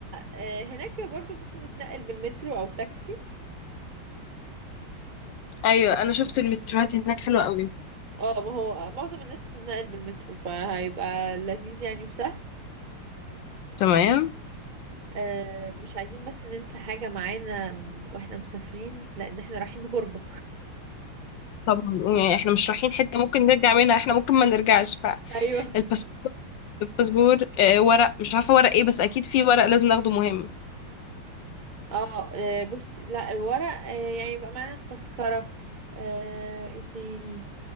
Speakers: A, on the right; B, on the left.
A: آه، هناك برضو ممكن نتنقل بالمترو او تاكسي
B: ايوه انا شفت المتروهات هناك حلوه قوي
A: اه ما هو معظم الناس بتتنقل بالمترو فهيبقى لذيذ يعني وسهل
B: تمام
A: آه، مش عايزين بس ننسى حاجه معانا من- واحنا مسافرين لان احنا رايحين غربه
B: طب يعني احنا مش رايحين حته ممكن نرجع منها احنا ممكن ما نرجعش
A: <laughs> ايوه
B: الباسبور الباسبور آه، ورق مش عارفه ورق ايه بس اكيد في ورق لازم ناخده مهم
A: اه آه، بص لا الورق آه، يعني يبقى معانا التذكرة آه، ايه تاني